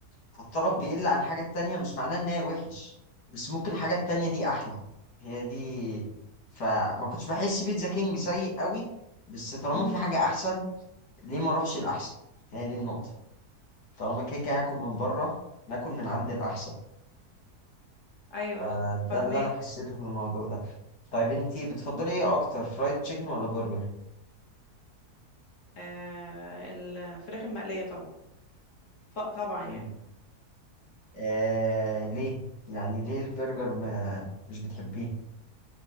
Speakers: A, on the left; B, on the left.
A: فالطلب بيقل على الحاجة التانية مش معناه إن هي وحش بس ممكن الحاجة التانية دي أحلى هي دي فما كنتش بحس بيتزا كينج سيء قوي بس طالما
B: امم
A: في حاجة أحسن ليه ما أروحش الأحسن هي دي النقطة طالما كده كده هاكل من بره ما آكل من عند الأحسن
B: ايوه
A: فده
B: فهماك
A: اللي أنا حسيته في الموضوع ده طيب أنتي بتفضلي إيه أكتر فرايد تشيكن ولا برجر؟
B: آه الفراخ المقلية طبعا ف- طبعا يعني
A: ال- آه ليه؟ يعني ليه البرجر ما مش بتحبيه؟